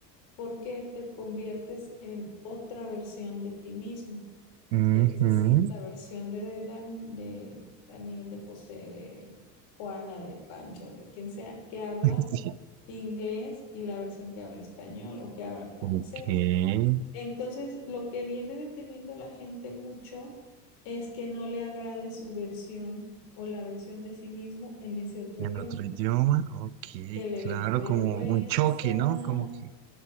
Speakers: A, on the left; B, on the right.
A: porque te conviertes en otra versión de ti mismo.
B: Ujú.
A: Es decir, la versión de, Dan- de Daniel, de José, de Juana, de Pancho, de quien sea, que habla
B: <laughs> Sí,
A: inglés y la versión que habla español o que habla francés
B: Ok, en
A: Entonces, lo que viene deteniendo a la gente mucho es que no le agrade su versión o la versión de sí mismo en ese otro idioma,
B: otro idioma, ok,
A: que le
B: claro,
A: dé vergüenza,
B: como un choque, ¿no? Como que,